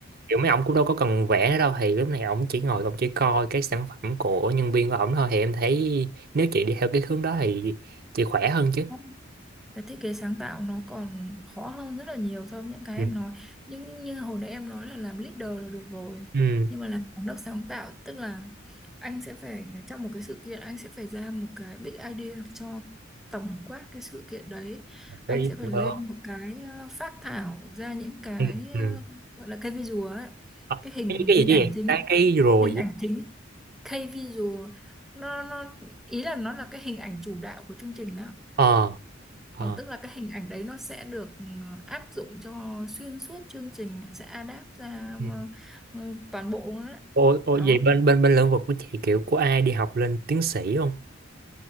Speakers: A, on the right (about 50°); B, in the centre.
A: kiểu mấy ông cũng đâu có cần vẽ đâu thì lúc này ông chỉ ngồi ông chỉ coi cái sản phẩm của nhân viên của ổng thôi thì em thấy nếu chị đi theo cái hướng đó thì chị khỏe hơn chứ
B: ừ. cái thiết kế sáng tạo nó còn khó hơn rất là nhiều so với những cái
A: ừ
B: em nói nhưng như hồi nãy em nói là làm leader là được rồi
A: ừ
B: nhưng mà làm giám đốc sáng tạo tức là anh sẽ phải trong một cái sự kiện anh sẽ phải ra một cái big idea cho tổng quát cái sự kiện đấy anh
A: có ý
B: sẽ phải
A: tưởng
B: lên
A: hơn
B: một cái ờ, phác thảo ra những cái
A: ừ ừ
B: ờ, gọi là cái visual ấy
A: Ờ,
B: cái hình
A: cái cái gì
B: hình
A: chứ
B: ảnh
A: vậy
B: chính
A: cái cái rồi
B: hình
A: với-
B: ảnh chính K visual nó nó ý là nó là cái hình ảnh chủ đạo của chương trình đó
A: ờ ờ
B: Ờ, tức là cái hình ảnh đấy nó sẽ được ừ, áp dụng cho xuyên suốt chương trình sẽ adapt ra
A: ừ.
B: ừ, toàn bộ luôn đấy.
A: ô, ô
B: Đó,
A: vậy bên bên bên lĩnh vực của chị kiểu của ai đi học lên tiến sĩ không